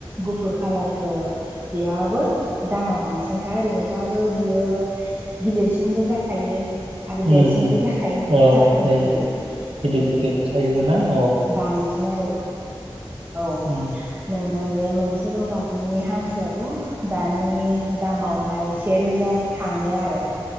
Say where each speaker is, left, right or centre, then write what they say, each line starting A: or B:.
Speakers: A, on the right; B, on the right.
A: गुफुर कालारखौ बेयावबो दामा बांसिनखा ओरैनो माबाबो बियो गिलिरसिनबो जाखायो। आरो
B: उम
A: देरसिनबो
B: उम
A: जाखायोन
B: औ
A: सार
B: ओमफ्राय
A: मखुरै
B: गिदिर गिदिर थायोबोना औ
A: बांसिन आरो औ
B: उम
A: <unintelligible> नोंङो बे मोनसेल' गाबनि हांसोआथ' दानि दामावहाय से रोजा थांङो आरो।